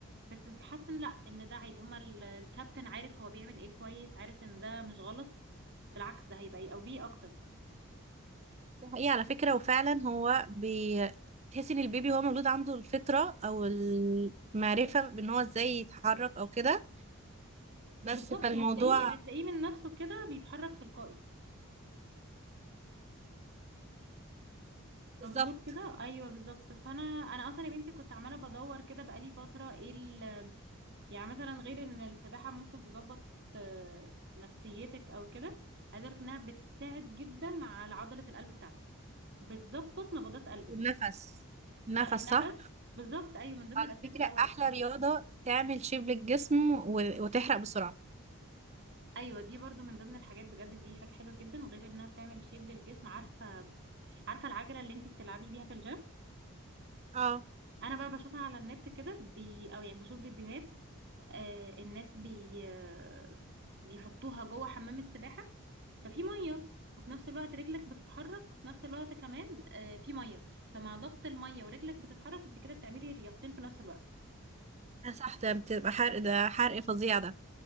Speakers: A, on the right; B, on the right.
A: بس بحس ان لا ان ده عادي هما ال- الكابتن عارف هو بيعمل ايه كويس عارف ان ده مش غلط بالعكس ده هيبقى يقويه اكتر
B: ده حقيقي على فكرة وفعلا هو بي- تحس ان البيبي هو مولود عنده الفطرة او المعرفة بان هو ازاي يتحرك او كده بس
A: بالظبط
B: فالموضوع
A: هتلاقيه هتلاقيه من نفسه كده بيتحرك تلقائي
B: بالظبط
A: مظبوط كده ايوه بالظبط فانا انا اصلا يا بنتي كنت عماله بدور كده بقالي فتره ايه يعني مثلا غير ان السباحة ممكن تظبط آه، نفسيتك او كده عايزة اقولك انها بتساعد جدا على عضلة القلب بتاعتك بتظبط نبضات قلبك
B: والنفس النفس
A: آه، النفس
B: صح
A: بالظبط ايوه من ضمن
B: على
A: الاسباب
B: فكرة
A: الاول
B: احلى
A: ال...
B: رياضة تعمل شيب للجسم و- وتحرق بسرعة
A: ايوه دي برضو من ضمن الحاجات بجد دي حاجة حلوة جدا غير انها بتعمل شيب للجسم عارفة عارفة العجلة اللي انتي بتلعبي بيها في الجيم
B: اه
A: انا بقى بشوفها على النت كده بي او يعني بشوف فيديوهات آه الناس بي آه بيحطوها جوه حمام السباحة ففي مية وفي نفس الوقت رجلك بتتحرك في نفس الوقت كمان آه في مية فمع ضغط المية ورجلك بتتحرك انت كده بتعملي رياضتين في نفس الوقت
B: آه صح ده بتبقى حرق ده حرق فظيع ده